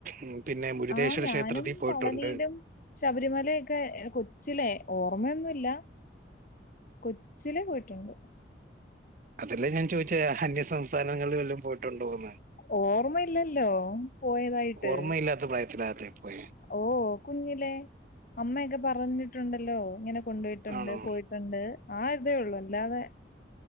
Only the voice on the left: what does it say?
ആ ഞാനും
പളനിയിലും ശബരിമലയൊക്കെ എ കൊച്ചിലെ ഓ ഓർമയൊന്നുല്ല കൊച്ചിലെ പോയിട്ടുണ്ട്.
ഓർമ്മയില്ലല്ലോ പോയതായിട്ട്.
ഓ കുഞ്ഞിലേ അമ്മയൊക്കെ പറഞ്ഞിട്ടുണ്ടല്ലോ ഇങ്ങനെ കൊണ്ടോയിട്ടുണ്ട്
പോയിട്ടുണ്ട് ആ ഒരിതേ ഉള്ളു അല്ലാതെ